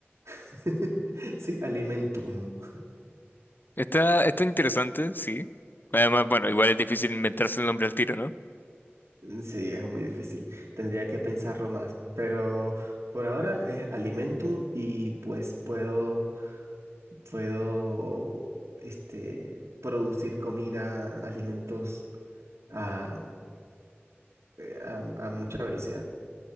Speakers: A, on the right; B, on the left.
A: <laughs> Sí, alimentum.
B: Está, está interesante, sí. Además, bueno, igual es difícil inventarse el nombre al tiro, ¿no?
A: Sí, es muy difícil. Tendría que pensarlo más, pero por ahora es alimentum y pues puedo, puedo, este, producir comida, alimentos. ah, eh, a, a mucha velocidad.